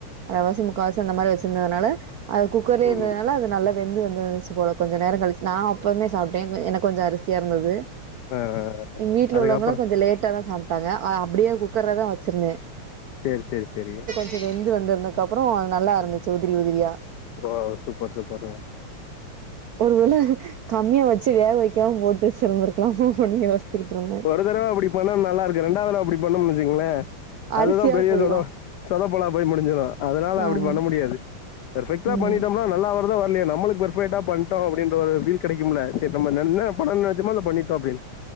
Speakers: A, on the right; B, on the left.
A: அரைவாசி முக்கால்வாசி அந்த மாரி வச்சிருந்ததுனால அது குக்கர்லே இருந்ததுனால
B: ம்
A: அது நல்ல வெந்து வந்துந்துச்சு போல கொஞ்ச நேர கழிச்சு நா அப்பமே சாப்பிட்டே எனக்கு கொஞ்சம் அரிசா இருந்தது
B: ஆ
A: எங்க வீட்ல
B: அதுக்கப்புறோ
A: உள்ளவங்களா கொஞ்ச லேட்டா தா சாப்பிட்டாங்க அப்டியே குக்கர்லதா வச்சிருந்தே
B: சேரி சேரி சேரி
A: வெந்து வந்திருதுக்கு அப்பற நல்லா இருந்துச்சு உதிரி உதிரியா
B: ஓ சூப்பர் சூப்பரு
A: ஒருவேள கம்மியா வச்சு வேக வைக்காம போட்டு செய்ந்திருக்கலாமா அட வத்துட்டு யோசிச்சுட்டு இருந்தே
B: ஒரு தடவ அப்டி பண்ண நல்லா இருக்கு ரெண்டாவது தடவ அப்டி பண்ணனும்னு வச்சுக்கோங்களே அதுதா
A: அரிசியா
B: பெரிய
A: போயிரும்
B: சத சதப்பலா போய் முடிஞ்சிடு அதனால அப்டி
A: ஆமா
B: பண்ண முடியாது பர்ஃபெக்டா
A: ம்
B: பண்ணிட்டோம்னா நல்லா வருதா வரலையே நம்மளுக்கு பர்ஃபெக்ட்டா பண்ணிட்டோ அப்டின்ற ஒரு பீல் கிடைக்கும்ல செரி நன்ன படம் <unintelligible> நிஜமாவே பண்ணிடோ அப்பின்னு